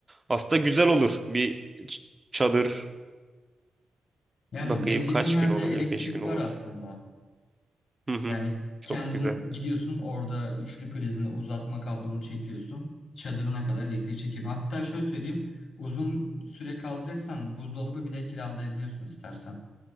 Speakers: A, on the right (about 20°); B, on the left (about 70°).
A: Aslında güzel olur bir ç- çadır
B: Yani
A: Bakayım
B: benim
A: kaç
B: dediğim yerde
A: gün olabilir?
B: elektrik
A: 5 gün
B: var
A: olur.
B: aslında.
A: Hı hı.
B: Yani
A: Çok
B: kendin
A: güzel.
B: gidiyorsun orada üçlü prizini uzatma kablonu çekiyorsun. Çadırına kadar elektrik çekip hatta şöyle söyleyeyim uzun süre kalacaksan buzdolabı bile kiralayabiliyorsun istersen.